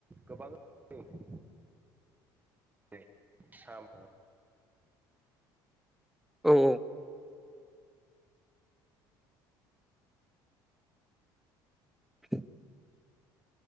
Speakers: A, on the right; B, in the centre.
A: गोबां <unintelligible> दे साम <unintelligible>
B: औ -औ। <inaudible>